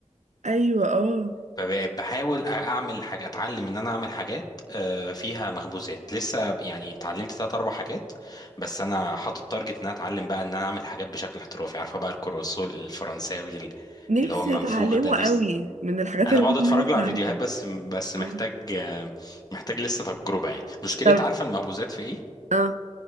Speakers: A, on the right; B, on the left.
A: ايوه اه
B: فبقيت بحاول اعمل حاجه اتعلم ان انا اعمل حاجات آه، فيها مخبوزات لسه يعني اتعلمت تلات اربع حاجات بس انا حاطط تارجت ان انا اتعلم بقى ان انا اعمل حاجات بشكل احترافي عارفه بقى الكرواسون الفرنساوي ال-
A: نفسي
B: اللي هو المنفوخ
A: اتعلمه
B: ده نفسي
A: قوي من الحاجات
B: انا
A: اللي
B: بقعد
A: انا
B: اتفرج
A: نفسي
B: له
A: اتعلمها
B: على فيديوهات بس بس محتاج
A: آه.
B: آه، محتاج لسه تجربه يعني مشكله
A: طب
B: عارفه المخبوزات في ايه
A: اه